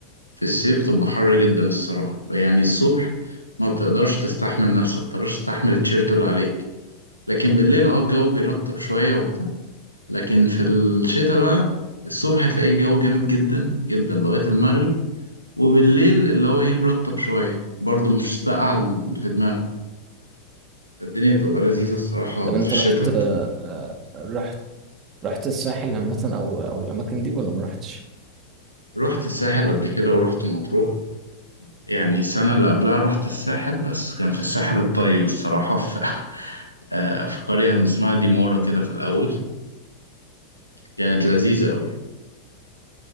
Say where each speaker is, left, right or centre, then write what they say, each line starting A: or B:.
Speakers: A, on the right; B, on the right.
A: في الصيف بتبقى حر جدا الصراحة يعني الصبح ما بتقدرش تستحمل نفسك ما بتقدرش تستحمل التيشيرت اللي عليك لكن بالليل اه الجو بيرطب شوية وبتاع لكن في الشتاء بقى الصبح تلاقي الجو جامد جدا جدا لغاية المغرب وبالليل اللي هو ايه مرطب شوية برضه مش ساقعة ال- في دماغك الدنيا بتبقى لذيذة الصراحة
B: طب انت
A: في الشتاء
B: رحت آه، آه، رحت رحت الساحل عامه او او الاماكن دي ولا ما رحتش
A: رحت الساحل قبل كده ورحت مطروح يعني السنة اللي قبلها رحت الساحل بس كان في الساحل الطيب الصراحة في <laughs> آه، في قرية اسمها ديمورا كده في الأول كانت لذيذة أوي